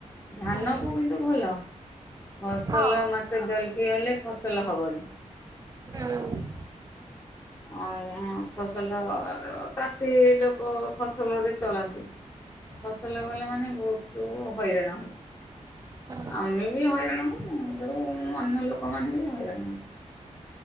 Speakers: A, on the left (about 20°); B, on the right (about 25°).
A: ଧାନ
B: ହୁଁ
A: କୁ କିନ୍ତୁ ଭଲ ଫସଲ
B: ହଁ
A: ମଟେ ଜଲକି ହେଲେ ଫସଲ ହବନି
B: ହୁଁ
A: ଅ ଫସଲ ଚାଷୀ ଲୋକ ଫସଲରେ ଚଳାନ୍ତି ଫସଲ ଗଲେ ମାନେ ବହୁତ ତୁ ହଇରାଣ
B: ହୁଁ
A: ଆମେ ବି ହଇରାଣ ହଉ ତେଣୁ ଅନ୍ୟ ଲୋକ ତମମାନେ ବି ହଇରାଣ ହଉ।